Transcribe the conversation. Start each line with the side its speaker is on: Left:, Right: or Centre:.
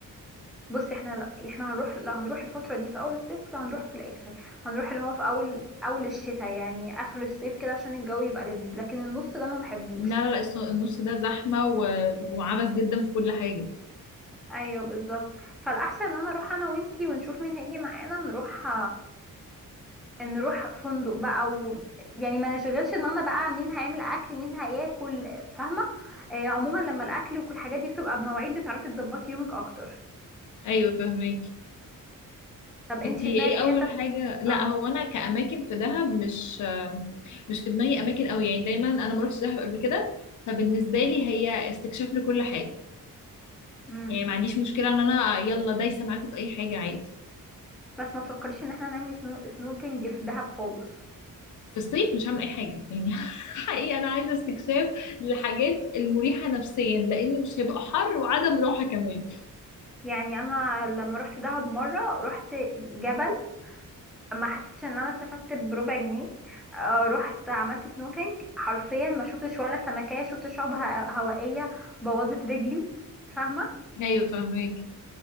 Centre: بص احنا لا احنا هنروح لا هنروح الفتره دي في اول الصيف لا هنروح في الاخر هنروح اللي هو في اول اول الشتاء يعني اخر الصيف كده عشان الجو يبقى لذيذ لكن النص ده ما بحبوش
Left: لا لا الص- النص ده زحمة و... وعبث جدا في كل حاجة
Centre: ايوه بالظبط فالاحسن ان انا اروح انا وانتي ونشوف مين هيجي معانا نروح نروح فندق بقى و... يعني ما نشغلش دماغنا بقى مين هيعمل اكل مين هياكل فاهمه آه عموما لما الاكل وكل الحاجات دي بتبقى بمواعيد بتعرفي تظبطي يومك اكتر
Left: ايوه فهماكي
Centre: طب انت
Left: انتي
Centre: في دماغك
Left: ايه اول
Centre: حتت
Left: حاجة لا
Centre: اه
Left: هو انا كأماكن في دهب مش مش في دماغي اماكن قوي يعني دايما انا ما رحتش دهب قبل كده فبالنسبة لي هي استكشاف لكل حاجة
Centre: امم
Left: يعني ما عنديش مشكلة ان انا يلا دايسة معاكم في اي حاجة عادي
Centre: بس ما تفكريش ان احنا نعمل سنو... سنوكينج في دهب خالص
Left: في الصيف مش هعمل اي حاجه يعني <laughs> حقيقي انا عايزه استكشاف للحاجات المريحه نفسيا لان مش هيبقى حر وعدم راحه كمان
Centre: يعني انا لما رحت دهب مره رحت جبل ما حسيتش ان انا استفدت بربع جنيه آه، رحت عملت سنوكينج حرفيا ما شفتش ولا سمكيه شفت شعب ه- هوائيه بوظت رجلي فاهمه
Left: ايوه فهمك